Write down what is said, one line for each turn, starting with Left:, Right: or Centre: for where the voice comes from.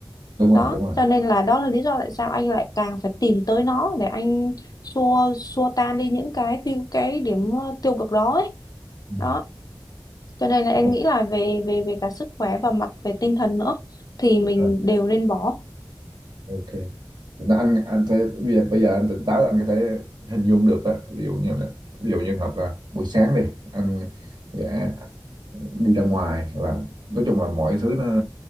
Right: đúng
Left: đó
Right: rồi đúng rồi
Left: cho nên là đó là lý do tại sao anh lại càng phải tìm tới nó để anh xua xua tan đi những cái tiêu cái điểm ờ, tiêu cực đó ấy
Right: Ừ.
Left: đó cho nên là em
Right: Đúng.
Left: nghĩ là về về về cả sức khỏe và mặt về tinh thần nữa thì mình
Right: rồi.
Left: đều nên bỏ
Right: Ờ, ok Nó anh anh thấy bây giờ, bây giờ anh tỉnh táo là anh có thể hình dung được á ví dụ như là ví dụ như hợp là buổi sáng đi anh dạ, đi ra ngoài là nói chung là mọi thứ nó